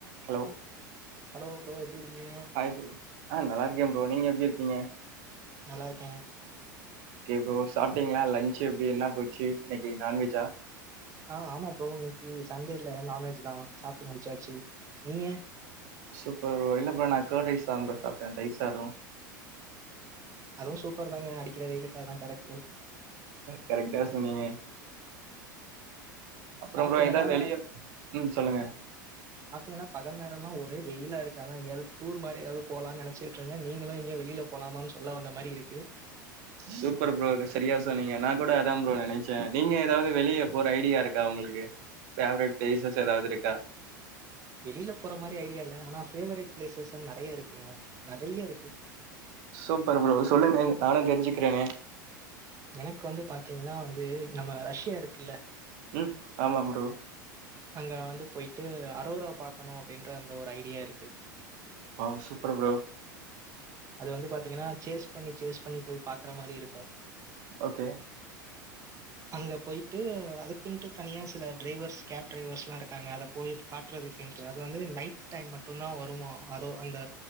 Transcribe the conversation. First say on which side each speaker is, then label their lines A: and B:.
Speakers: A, on the right (about 55°); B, on the right (about 30°).
A: Hello
B: hello பிவேட் இருக்கீங்க
A: hi bro ஆ நல்லாருக்கேன் ப்ரோ நீங்க எப்டி இருக்கீங்க
B: நல்லாருக்கேன்
A: கே ப்ரோ சாப்டீங்களா லஞ்ச் எப்டி என்னா போச்சு இன்னக்கி நான்வெஜ்ஜா
B: ஆ ஆமா ப்ரோ இன்னக்கி சண்டேல நான்வெஜ் தா சாப்டு முடிச்சாச்சு நீங்க?
A: சூப்பர் ப்ரோ நா கேட் ரைஸ்தா ப்ரோ சாப் டேன் தயிர் சாதோம்
B: அதுவும் சூப்பர் தாங்க அடிக்கிற வெயிலுக்க தான் கரெக்ட்
A: கரெக்டா சொன்னீங்க அப்ற
B: பாத்தீங்கன்னா
A: ப்ரோ எங்கிடாது வெளிய ம் சொல்லுங்க
B: பாத்தீங்கன்னா பகல் நேரம்ல ஒரே வெயிலா இருக்கு அதான் எங்கயாது டூர் மாரி எதாவது போலான் நினச்சிட்டு இருந்தேன் நீங்களும் எங்கியோ வெளில போலாமான்னு சொல்ல வந்த மாரி இருக்கு
A: சூப்பர் ப்ரோ சரியா சொன்னீங்க நா கூட அதான் ப்ரோ நினச்சேன் நீங்க ஏதாது வெளிய போற ஐடியா இருக்கா உங்களுக்கு பேவ்ரட் பிளேசஸ் ஏதாது இருக்கா
B: வெளில போற மாரி ஐடியா இல்ல ஆனா பேஃவரட் பிளேசஸ்னு நெறைய இருக்குங்க நெறைய இருக்கு
A: சூப்பர் ப்ரோ சொல்லுங்க நானு தெரிஞ்சுக்கிறேனே
B: எனக்கு வந்து பாத்தீங்கன்னா வந்து நம்ம ரஷ்யா இருக்குல்ல
A: ம் ஆமா ப்ரோ
B: அங்க வந்து போயிட்டு அரோரா பாக்கணு அப்டின்ற அந்த ஒரு ஐடியா இருக்கு
A: ஆ சூப்பர் ப்ரோ
B: அது வந்து பாத்தீங்கன்னா சேஸ் பண்ணி சேஸ் பண்ணி போய் பாக்குற மாரி இருக்கு
A: ஓகே
B: அங்க போயிட்டு அதுக்குன்ட்டு தனியா சில டிரைவர்ஸ் கேப் டிரைவர்ஸ்லா இருக்காங்க அத போய் காட்டுறதுக்குன்டு அது வந்து நைட் டைம் மட்டுந்தா வருமா அதோ அந்த